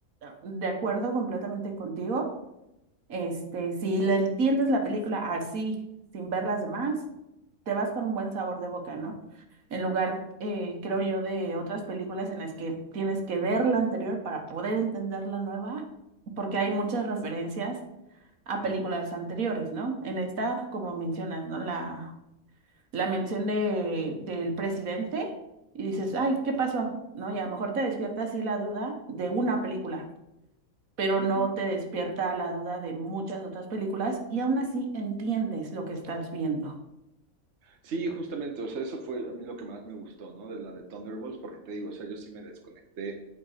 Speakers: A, on the right (about 75°); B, on the right (about 55°).
A: De acuerdo completamente contigo. Este, si le entiendes la película así, sin ver las demás, te vas con un buen sabor de boca, ¿no? En lugar, eh, creo yo, de otras películas en las que tienes que ver la anterior para poder entender la nueva, porque hay muchas referencias a películas anteriores, ¿no? En esta, como mencionas, ¿no? La, la mención de, del presidente y dices, ay, ¿qué pasó? ¿No? Y a lo mejor te despierta así la duda de una película pero
B: Ujú.
A: no te despierta la duda de muchas otras películas y aún así entiendes lo que estás viendo.
B: Sí, justamente, o sea, eso fue a mí lo que más me gustó, ¿no? De la de Thunderbolts, porque te digo, o sea, yo sí me desconecté